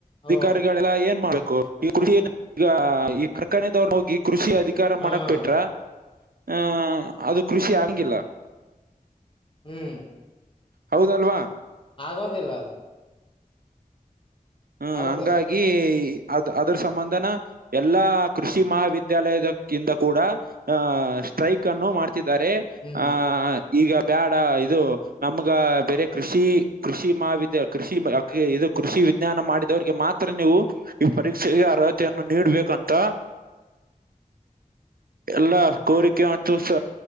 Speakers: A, on the right (about 80°); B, on the left (about 35°).
A: ಅಧಿಕಾರಿಗಳೆಲ್ಲ
B: ಓ
A: ಏನ್ ಮಾಡಬೇಕು ಈ ಕೃಷಿ ಈಗ ಈ ಕಾರ್ಖಾನೆದವ್ರ ಹೋಗಿ ಕೃಷಿ ಅಧಿಕಾರ
B: ಹ್ಮ್
A: ಮಾಡಕ್ ಬಿಟ್ರ ಹಾ ಅದು ಕೃಷಿ ಆಗಂಗಿಲ್ಲ.
B: ಹ್ಮ್
A: ಹೌದಲ್ವಾ
B: ಆಗೋದಿಲ್ಲ ಅದು.
A: ಹ್ಮ
B: ಹೌದು
A: ಹಂಗಾಗಿ ಅದ್ ಅದ್ರ ಸಂಬಂಧನ ಎಲ್ಲಾ ಕೃಷಿ ಮಹಾವಿದ್ಯಾಲಯದ ಕಿಂದ ಕೂಡ ಹಾ ಸ್ಟ್ರೈಕ್ ಅನ್ನು ಮಾಡ್ತಿದ್ದಾರೆ
B: ಹ್ಮ್
A: ಹಾ ಈಗ ಬ್ಯಾಡ ಇದು ನಮ್ಗ ಬೇರೆ ಕೃಷಿ ಕೃಷಿ ಮಹಾವಿದ್ಯ ಕೃಷಿ ಇದು ಕೃಷಿ ಮಾಡಿದವರಿಗೆ ಮಾತ್ರ ನೀವು ಈ ಪರೀಕ್ಷೆಗೆ ಅರ್ಹತೆಯನ್ನು ನೀಡಡ್ಬೇಕಂತ ಎಲ್ಲ ಕೋರಿಕೆ ಮತ್ತು ಸ